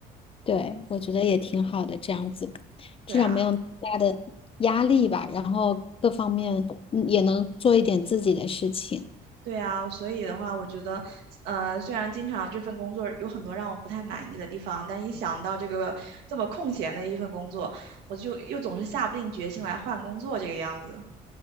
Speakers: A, on the left; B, on the right.
A: 对，我觉得也挺好的，这样子，至少没有那么大的压力吧，
B: 对啊。
A: 然后各方面嗯也能做一点自己的事情。
B: 对啊，所以的话，我觉得，呃，虽然经常这份工作有很多让我不太满意的地方，但一想到这个这么空闲的一份工作，我就又总是下不定决心来换工作这个样子。